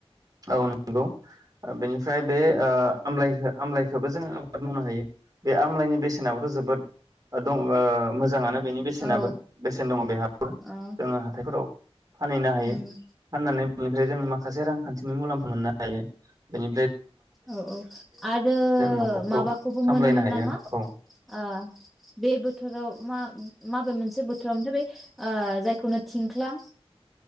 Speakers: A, on the right; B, in the centre.
A: औ नंगौ ओ बेनिफ्राय। बे ओ आमलाइखो। आमलाइखोबो जोङो आबाद मावनो हायो बे आमलाइनि बेसेनाबोथ' जोबोद दं ओ मो जाङानो बेनि बेसेनाबो
B: औ
A: बेसेन दङ बेहाबो
B: औ
A: जोङो हाथायफोराव। फानहैनो हायो
B: उम
A: फाननानै। निफ्राय जों माखा माखासे रांखान्थिनि मुलाम्फा मोननो हायो। बेनि।
B: औ-औ आरो
A: न'खरखौ
B: माबाखौबो
A: सामलायनो
B: मोनोमोन
A: हायो
B: नामा
A: औ
B: ओ बे बोथोराव मा माबे मोनसे बोथोराव मोनथ बे ओ जायखौनो थिंख्लां।